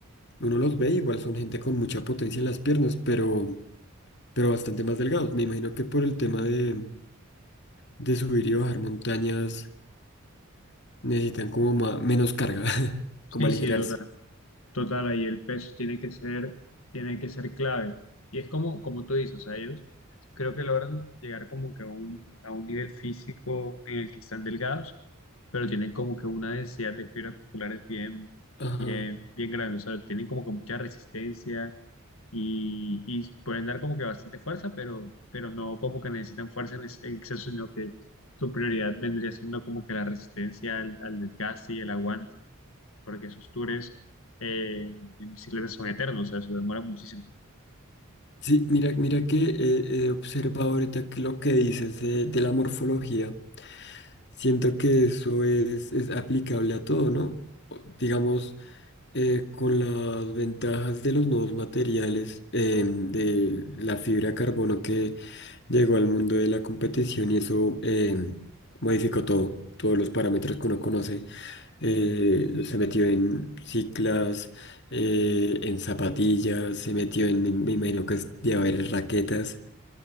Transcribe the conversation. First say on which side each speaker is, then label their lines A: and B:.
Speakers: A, on the left; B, on the left.
A: uno los ve, igual son gente con mucha potencia en las piernas, pero, pero bastante más delgados. Me imagino que por el tema de, de subir y bajar montañas necesitan como ma- menos carga, <laughs>
B: Sí,
A: como aligerarse.
B: sí, total. Total, ahí el peso tiene que ser, tiene que ser clave. Y es como, como tú dices, o sea, ellos creo que logran llegar como que a un, a un nivel físico en el que están delgados, pero tienen como que una densidad de fibras musculares bien,
A: Ajá.
B: bien, bien grande. O sea, tienen como que mucha resistencia y, y pueden dar como que bastante fuerza, pero, pero no como que necesitan fuerza en, ex- en exceso, sino que su prioridad vendría siendo como que la resistencia al, al desgaste y el aguante, porque esos tours eh, en bicicleta son eternos, o sea, eso demora muchísimo.
A: Sí, mira, mira que eh, he observado ahorita que lo que dices de, de la morfología, siento que eso es, es aplicable a todo, ¿no? O- Digamos, eh, con las ventajas de los nuevos materiales, em, de la fibra de carbono que llegó al mundo de la competición y eso em, modificó todo, todos los parámetros que uno conoce, eh, se metió en ciclas, eh, en zapatillas, se metió en, me imagino que es de haber raquetas